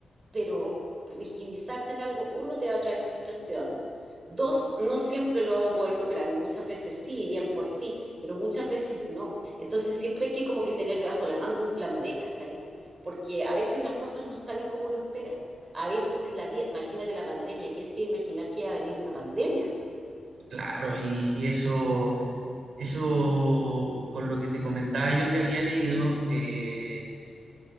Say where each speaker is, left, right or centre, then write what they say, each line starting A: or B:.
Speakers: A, on the right (about 30°); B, on the right (about 70°).
A: pero rigidizarte en algo, uno, te va a traer frustración. Dos, no siempre lo vas a poder lograr. Muchas veces sí, bien por ti, pero muchas veces no. Entonces siempre hay que como que tener debajo de la manga un plan B, ¿cachai? Porque a veces las cosas no salen como uno espera. A veces la vida, imagínate la pandemia, ¿quién se iba a imaginar que iba a venir una pandemia?
B: claro, y eso, eso con lo que te comentaba yo que había leído, eh,